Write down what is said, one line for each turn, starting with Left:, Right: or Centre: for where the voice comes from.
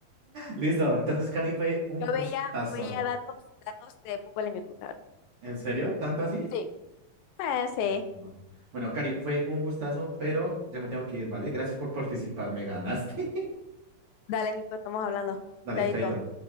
Right: Listo, entonces, Cari, fue un
Left: Yo
Right: gustazo.
Left: veía, yo veía datos, datos de fútbol en YouTube, la verdad.
Right: ¿En serio? ¿Tanto así?
Left: sí. Eh, sí.
Right: Uy, no. Bueno, Cari, fue un gustazo, pero ya me tengo que ir, ¿vale? Gracias por participar, me ganaste.
Left: Dale, Nico, estamos hablando.
Right: <laughs> Dale,
Left: Chaito.
Right: chaito.